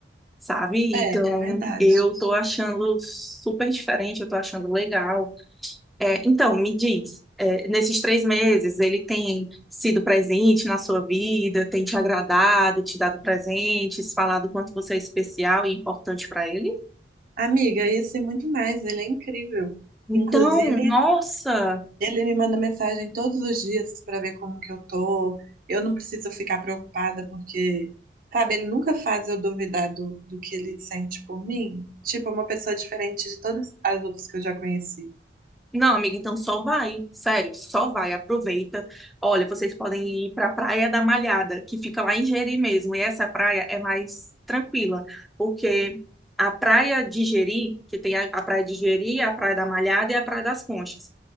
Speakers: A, in the centre; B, on the right (about 50°).
A: sabe?
B: É,
A: Então,
B: verdade.
A: eu tô achando super diferente, eu tô achando legal. É, então, me diz, é, nesses três meses, ele tem sido presente na sua vida, tem te agradado, te dado presentes, falado quanto você é especial e importante pra ele?
B: Amiga, isso e muito mais. Ele é incrível.
A: Então,
B: Inclusive,
A: nossa,
B: ele me manda mensagem todos os dias pra ver como que eu tô. Eu não preciso ficar preocupada porque, sabe, ele nunca faz eu duvidar do, do que ele sente por mim. Tipo, é uma pessoa diferente de todas as outras que eu já conheci.
A: Não, amiga, então só vai, sério, só vai, aproveita. Olha, vocês podem ir para a Praia da Malhada, que fica lá em Jeri mesmo, e essa praia é mais tranquila, porque a Praia de Jeri, que tem a, a Praia de Jeri, a Praia da Malhada e a Praia das Conchas.